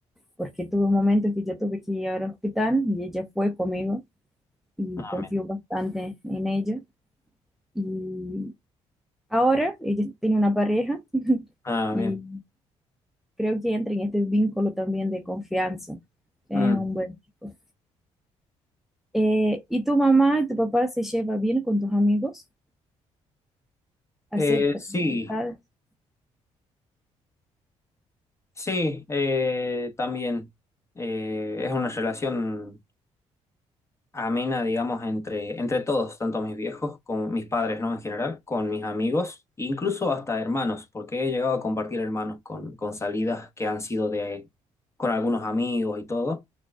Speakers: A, in the centre; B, on the left.
A: porque tuve momentos que yo tuve que ir al hospital y ella fue conmigo y
B: Ah,
A: confío
B: bien.
A: bastante en ella. Y ahora ella tiene una pareja
B: Ah,
A: y
B: bien.
A: creo que entra en este vínculo también de confianza. Es
B: Mm.
A: un buen chico. Eh, ¿y tu mamá y tu papá se lleva bien con tus amigos? ¿Acepta
B: Eh, sí,
A: tus amistades?
B: sí, eh, también. Eh, es una relación amena, digamos, entre, entre todos, tanto mis viejos, con mis padres, ¿no? En general, con mis amigos, e incluso hasta hermanos, porque he llegado a compartir hermanos con, con salidas que han sido de, con algunos amigos y todo.